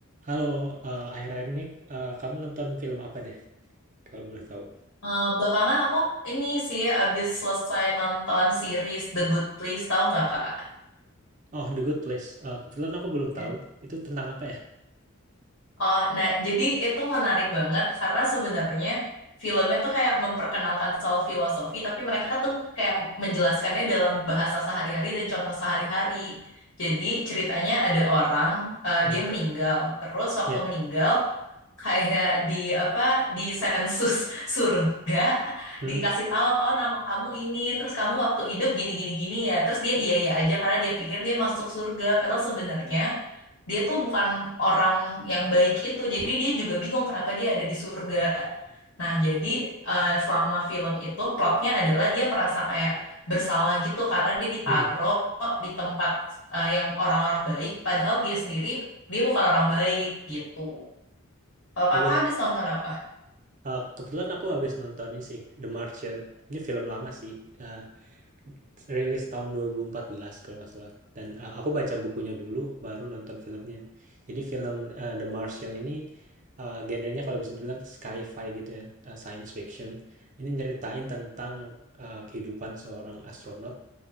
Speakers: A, on the right; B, on the left.
A: Halo, eee, akhir-akhir ini, eee, kamu nonton film apa deh, kalau boleh tahu?
B: Eh, belakangan aku ini sih abis selesai nonton series The Good Place, tahu nggak Kak?
A: Oh, The Good Place, eee, kebetulan aku belum
B: Iya.
A: tahu, itu tentang apa ya?
B: Oh, nah jadi itu menarik banget karena sebenarnya filmnya tuh kayak memperkenalkan soal filosofi, tapi mereka tuh kayak menjelaskannya dalam bahasa sehari-hari dan contoh sehari-hari. Jadi ceritanya ada orang, eh,
A: Mmm,
B: dia meninggal. Terus waktu
A: ya,
B: meninggal, kayak di apa di sensus surga
A: mhm,
B: dikasih tahu oh nama kamu ini terus kamu waktu hidup gini gini gini ya terus dia iya iya aja karena dia pikir dia masuk surga padahal sebenarnya dia tuh bukan orang yang baik itu jadi dia juga bingung kenapa dia ada di surga nah jadi eh, selama film itu plotnya adalah dia merasa kayak bersalah gitu karena dia ditaruh
A: mhm,
B: di tempat eh, yang orang-orang baik padahal dia sendiri dia bukan orang baik gitu kalau
A: kebe
B: kakak habis nonton apa?
A: eee, kebetulan aku habis nonton ini sih, The Martian, ini film lama sih, eh, Rilis tahun 2014 kalau nggak salah dan, eee, aku baca bukunya dulu baru nonton filmnya. Jadi film, eee, The Martian ini, eee, genrenya kalau bisa dibilang sci-fi gitu ya, eee, science fiction. Ini nyeritain tentang, eee, kehidupan seorang astronot